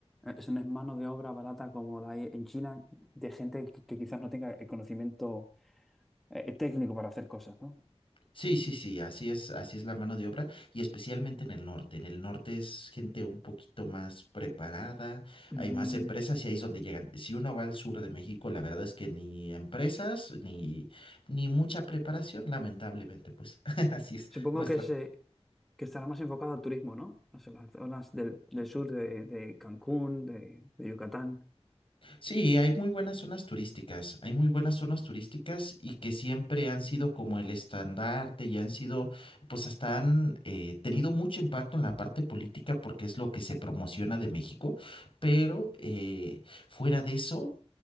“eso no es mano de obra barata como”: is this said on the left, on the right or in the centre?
Centre